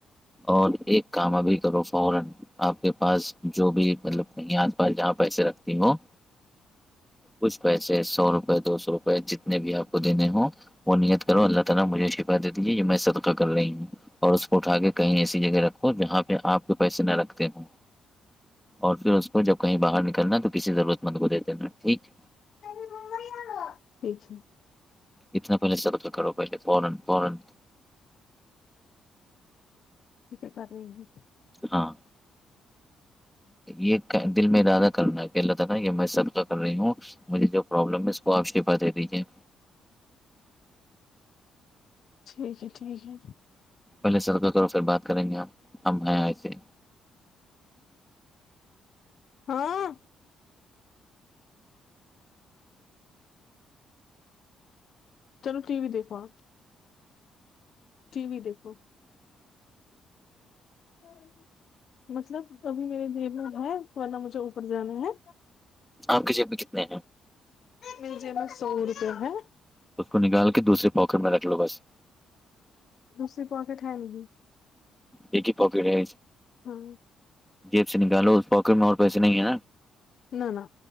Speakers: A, in the centre; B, on the left (about 60°).
A: اور ایک کام ابھی کرو فورا اپ کے پاس جو بھی مطلب کہیں آس پاس جہاں پیسے رکھتی ہووں کچھ پیسے سو روپئے دو سو روپئے جتنے بھی آپ کو دینے ہ وہ نیت کرو اللہ تعالی مجھے اس کے بعد دے دیجیے یہ میں صدقہ کر رہی ہوں اور اس کو اٹھا کے کہیں ایسی جگہ رکھو جہاں پہ آپ کے پیسے نہ رکھتے ہوں اور پھر اس کو جب کہیں باہر نکلنا تو کسی ضرورت مند کو دے دینا ٹھیک
B: ٹھ <unintelligible>
A: اتنا پہلے سےب کرو پہلے فورن فورن
B: ٹ کیا کر رہی ہیں <unintelligible>
A: ہاں یہ دل میں ارادہ کرنا ہے کہ اللہ تعالی یہ میں سب کا کر رہی ہوں مجھے جو پروابلم ہے اس کو آپ شیفا دے دیجیے
B: ٹھیک ہے ٹھیک ہے
A: پہلے سرکہ کرو پھر بات کریں گے آپ ہم آئ ایسے
B: ہاں چلو ٹی وی دیکھو آ ٹی وی دیکھو
A: <unintelligible>
B: ہاں ہ <unintelligible> مطلب ابھی میرے دل میں ہے تو اللہ مجھے اوپر جانا ہے
A: آپ کی جیب میں کتنے ہیں
B: مل جائے گا سو روپے ہے
A: اس کو نکال کے دوسرے پوکٹ میں رکھ لو بس
B: دوسری پوائفٹ ہے لگی
A: ایک ہی پاکٹ ہے
B: ہاں
A: جیب سے نکالو اس پاکٹ میں اور پیسے نہیں ہے نا
B: نہ نہ